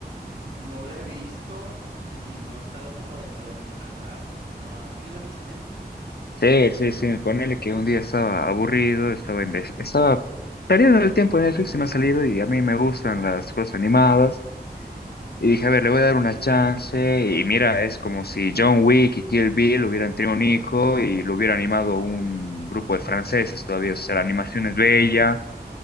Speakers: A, on the right; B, on the left.
A: no la he visto y no ha estado como dentro de mi radar. Ah, ¿tú ya la viste?
B: Sí, sí, sí. Ponele que un día estaba aburrido, estaba, inves- estaba perdiendo el tiempo en Netflix y me ha salido y a mí me gustan las cosas animadas. Y dije, a ver, le voy a dar una chance. Y mira, es como si John Wick y Kill Bill hubieran tenido un hijo y lo hubiera animado un grupo de franceses todavía. O sea, la animación es bella.